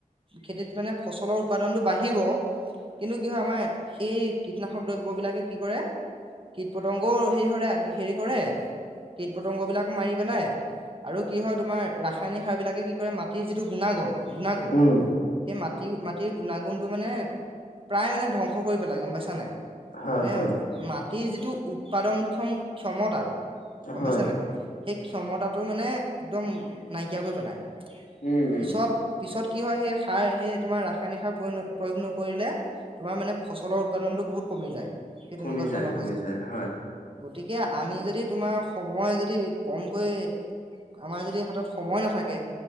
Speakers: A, on the right; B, on the left.
A: খেতিত মানে ফচলৰ উৎপাদনতটো বাঢ়িব। কিন্তু কি হয়। আমাৰ সেই কীটনাশক দ্ৰব্যবলাকে কি কৰে কীট পতংগও হেৰি কৰে হেৰি কৰে। কীট পতংগ বিলাক মাৰি পেলাই। আৰু কি হয়। তোমাৰ ৰাসায়নিক সাৰ বিলাকে কি কৰে মাটিৰ যিটো গুণাগুণ গুণাগুণ
B: উম
A: সেই মাটি-মাটিৰ গুণাগুণতটো মানে প্ৰায় মানে ধ্বংস কৰি পেলাই গম পাইছা নে নাই?
B: হয়
A: মানে
B: হয়
A: মাটিৰ যিটো উৎপাদন ক্ষম-ক্ষমতা গম
B: হয়।
A: পাইছা নাই। সেই ক্ষমতাটো মানে একদম নাইকিয়া কৰি পেলাই।
B: উম
A: পিছত-পিছত
B: উম
A: কি হয় সেই সাৰ সেই তোমাৰ ৰাসায়নিক সাৰ প্ৰয় প্ৰয়োগ নকৰিলে তোমাৰ মানে ফচলৰ উৎপাদনতটো বহুত কমি যায়। সেই
B: কমি
A: তেনেকুৱা
B: যায়,
A: ধৰণৰ
B: কমি
A: হৈ
B: যায়, হয়।
A: গতিকে আমি যদি তোমাৰ সময় যদি কমকৈ আমাৰ যদি হাতত সময় নাথাকে